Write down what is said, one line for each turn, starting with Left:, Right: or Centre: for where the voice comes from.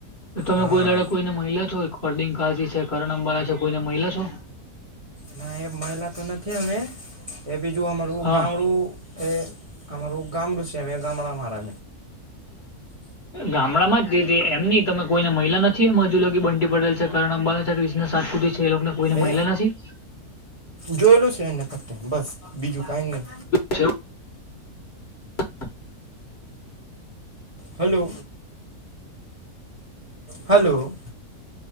Left: તમે
Right: હા
Left: કોઈ દાડાક કોઈને મહિલા છો પરદિન કાજી છે કરણ અંબાલા છે કોઈને મહિલા છો?
Right: ના એ મહિલા તો નથી અમે એ બીજું અમારું
Left: હા
Right: ગામડું એ અમારું ગામડું છેમ એ ગામડા મારે
Left: ગામડામાં જધ એમની તમે કોઈને મહિલા નથી એમ? <inaudible> બનટી પડેલ છે, કારણ અંબાલા છે ક્રિષણ સાતપુ છે, એ લોકોને કોઈને
Right: એ
Left: મહિલા નથી
Right: જોયેલું છે એને બસ બીજું કઈ નહી.
Left: જોયું છે? <inaudible>
Right: હલો? હલો!